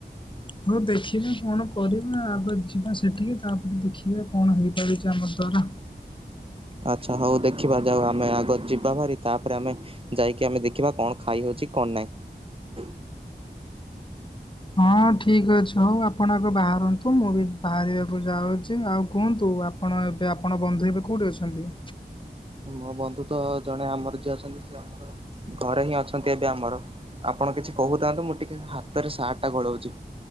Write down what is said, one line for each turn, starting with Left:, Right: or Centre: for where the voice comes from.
Left: ହଉ ଦେଖିବା କଣ କରିବା ଆଗ ଯିବା ସେଠିକି ତାପରେ ଦେଖିବା କଣ ହେଇପାରୁଛି ଆମ ଦ୍ଵାରା।
Right: ହ ଆଚ୍ଛା ହଉ ଦେଖିବା ଯାଉ ଆମେ ଆଗ ଯିବା ଭାରି ତାପରେ ଆମେ ଯାଇକି ଆମେ ଦେଖିବା କଣ ଖାଇହଉଛି କଣ ନାହିଁ।
Left: ହଁ ଠିକ ଅଛି ହଉ ଆପଣ ଏବେ ବାହାରନ୍ତୁ ମୁଁ ବି ବାହାରିବାକୁ ଯାଉଛି ଆଉ କୁହନ୍ତୁ କୁ ଆପଣ ଏବେ ଆପଣ ବନ୍ଧୁ ଏବେ କୋଉଠି ଅଛନ୍ତି?
Right: ହଁ ମୋ ବନ୍ଧୁ ତ ଜଣେ ଆମର ଯିଏ ଅଛନ୍ତି ସେଏ ଆମର ଘରେ ହିଁ ଅଛନ୍ତି ଏବେ ଆମର ଆପଣ କିଛି କହୁଥାନ୍ତୁ ମୁଁ ଟିକେ ହାତରେ ସାର୍ଟ ଟା ଗଳୋଉଛି।